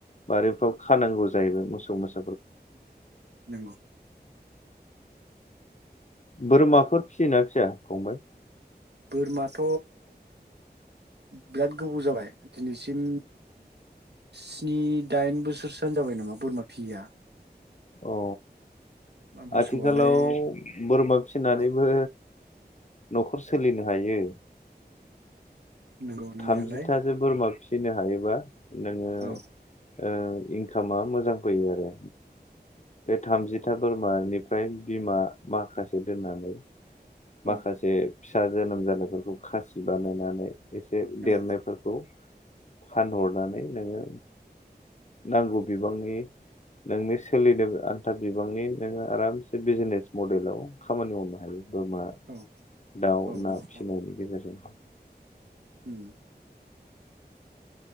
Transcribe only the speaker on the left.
बारिफ्राव खानांगौ जाहैबाय मोसौ। <unintelligible>
बोरमाफोर फिसियोना फिसा फंबाय?
अ
आथिखालाव बोरमा फिनानैबो
न'खर सोलिनो हायो।
थामजिथासो बोरमा फिसिनो हायोबा नोङो
ओ इनकामा मोजां फैयो आरो। बे थामजिथा बोरमानिफ्राय बिमा माखासे दोननानै माखासे
फिसा जोनोम जानायफोरखौ खासि बानायनानै एसे देरनायफोरखौ
फानहरनानै नोङो नांगौ बिबांनि नोंनि सोलिनो आन्था बिबांनि नोङो आरामसे बिजिनेस मडेलाव खामानि मावनो हायो। बोरमा
दाउ
ना फिसिनायनि गेजेरजों।